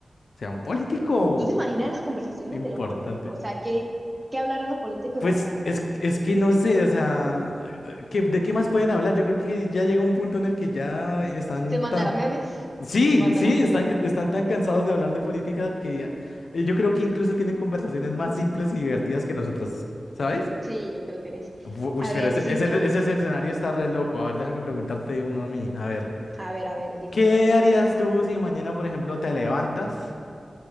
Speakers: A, on the left; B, on the right.
A: sea, un político
B: ¿Tú te imaginas las conversaciones
A: importante.
B: de los políticos? O sea, ¿qué, qué hablarán los políticos
A: Pues
B: en WhatsApp? A ver,
A: es, es que no sé, o sea, ¿qué- de qué más pueden hablar? Yo creo que ya llega un punto en el que ya están
B: ¿se mandarán
A: tan...
B: memes? <laughs>
A: Sí,
B: ¿Se mandarán
A: sí,
B: memes?
A: están, que- están tan cansados de hablar de política que eh, yo creo que incluso tienen conversaciones más simples y divertidas que nosotros, ¿sabes?
B: Sí, yo creo que eres.
A: Bu- Uy,
B: A
A: pero
B: ver,
A: ese,
B: si
A: ese,
B: yo.
A: ese escenario está re loco. A ver, déjame preguntarte uno a mí. A ver,
B: A ver, a ver, dime.
A: ¿qué harías tú si mañana, por ejemplo, te levantas